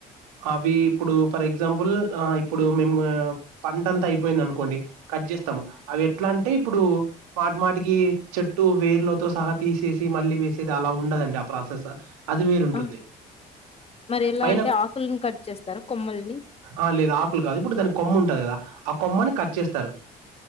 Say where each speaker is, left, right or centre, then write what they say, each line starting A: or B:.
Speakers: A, on the right; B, on the left.
A: అవి ఇప్పుడు ఫర్ ఎగ్జాంపుల్ ఇప్పుడు మేము పంట అంతా అయిపోయింది అనుకోండి కట్ చేస్తాము అవి ఎట్లా అంటే ఇప్పుడు మాటి మాటికి చెట్టు వేర్లతో సహా తీసేసి మళ్ళీ వేసేది అలా ఉండదండి ఆ ప్రాసెస్ అది వేరుంటుంది
B: ఆ! మరి ఎలా
A: పైన
B: అంటే ఆకులను కట్ చేస్తారా కొమ్మల్ని
A: ఆ లేదు ఆకులు కాదు ఇప్పుడు దానికి కొమ్ము ఉంటంది కదా ఆ కొమ్మని కట్ చేస్తారు